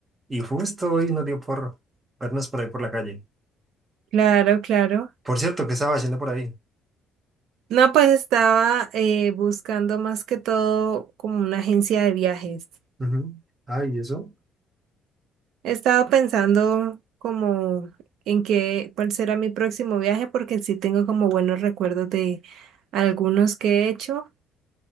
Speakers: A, on the right (about 15°); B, on the right (about 70°).
A: Y justo hoy nos dio por vernos por ahí por la calle.
B: Claro, claro.
A: Por cierto, ¿qué estaba haciendo por ahí?
B: No, pues estaba eh, buscando más que todo como una agencia de viajes.
A: Ujú. Ah, ¿y eso?
B: He estado pensando como en qué, cuál será mi próximo viaje, porque sí tengo como buenos recuerdos de algunos que he hecho.